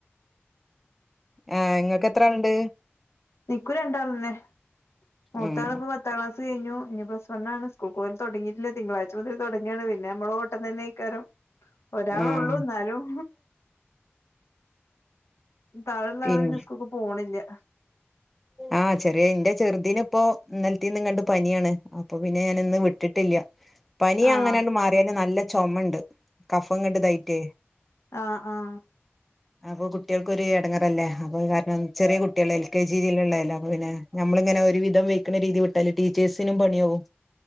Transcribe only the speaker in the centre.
ആഹ് ഇങ്ങക്കെത്രാള്ണ്ട്
ഉം
ഉം
പിൻ
ആഹ് ചെറിയ ഇന്റെ ചെർതിനിപ്പൊ ഇന്നൽത്തീന്ന്ങ്ങട്ട് പനിയാണ് അപ്പൊ പിന്നെ ഞാനിന്ന് വിട്ടിട്ടില്ല പനി
അങ്ങനാണ്ട് മാറിയാന് അതിന് നല്ല ചൊമണ്ട് കഫം ഇങ്ങട് ഇതായിട്ടെ
അപ്പൊ കുട്യൾക്കൊര് എടങ്ങറല്ലേ അപ്പൊ കാരണം ചെറിയ കുട്യള എൽ കെ ജി രീതിയില്ള്ളേല്ലെ അപ്പ പിന്നെ നമ്മളിങ്ങനെ ഒരു വിധം വെയ്ക്ക്ണ രീതി വിട്ടാല് ടീച്ചേഴ്സിനും പണിയാവും